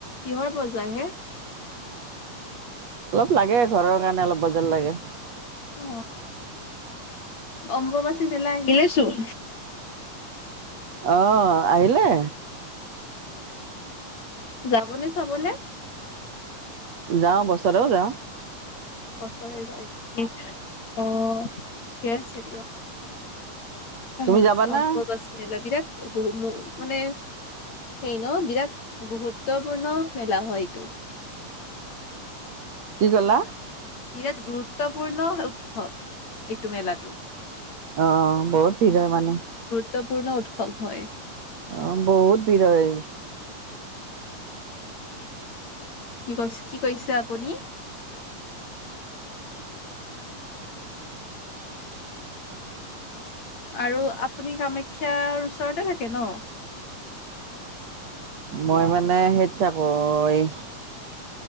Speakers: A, on the left (about 50°); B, on the right (about 55°).
A: কিহৰ বজাৰ হে?
B: অলপ লাগে ঘৰৰ কাৰণে অলপ বজাৰ লাগে।
A: অ অম্বুবাচী মেলা আহিলেই চোন।
B: অ আহিলে।
A: যাবনে চাবলে?
B: যাওঁ। বছৰেও যাওঁ।
A: বছৰে যায় নেকি অ ঠিকে আছে দিয়ক। আহ
B: তুমি যাবানা
A: অম্বুবাচী মেলা বিৰাট। মানে সেই ন বিৰাট গুৰুত্বপূৰ্ণ মেলা হয় এইটো।
B: কি কলা?
A: বিৰাট গুৰুত্বপূৰ্ণ উৎসৱ এইটো মেলাটো।
B: অ, বহুত ভিৰ হয় মানুহ।
A: ত্বপূৰ্ণ উৎসৱ হয়।
B: অ, বহুত ভিৰ হয়।
A: কি কৈছ কি কৈছে? আপুনি। আৰু আপুনি কামাখ্যাৰ ওচৰতে থাকে ন।
B: মই মানে সেইত থাকো এই।